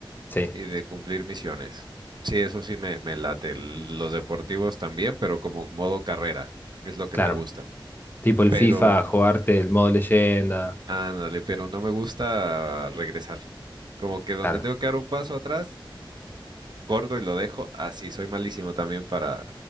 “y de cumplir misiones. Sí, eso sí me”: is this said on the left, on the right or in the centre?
Right